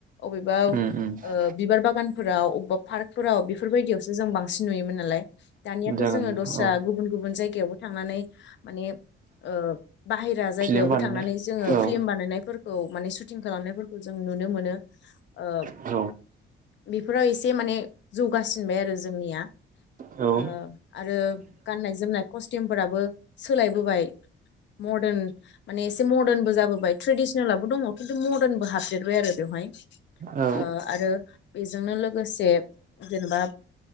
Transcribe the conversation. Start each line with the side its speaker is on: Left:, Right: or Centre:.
Left: अबेबा
Right: उम उम
Left: ओ बिबार बागानफोराव अबेबा पार्कफोराव बेफोरबायदियावसो जों बांसिन नुयोमोन आरो। नालाय दानियाथ'
Right: जागोन
Left: जोङो दस्रा
Right: औ
Left: गुबुन-गुबुन जायगायावबो थांनानै। माने ओ बाहेरा जायगायावबो
Right: फिल्म बानायनाय
Left: थांनानै जोङो
Right: औ
Left: फिल्म बानायनाय फोर। खौ माने सुटिं खालामनायफोरखौ जों नुनो मोनो ओ।
Right: औ
Left: बेफोराव एसे माने जौगासिनबाय आरो जोंनिया।
Right: औ
Left: ओ आरो गाननाय जोमनाय कस्टिमफोराबो सोलायबोबाय। मदार्न माने एसे मदार्नबो जाबोबाय ट्रेडिसनेलबो दङ खिन्थु मदार्नबो हाबदेरबाय आरो बेयाव। <unintelligible>
Right: औ
Left: ओ आरो बेजोंनो लोगोसे जेनेबा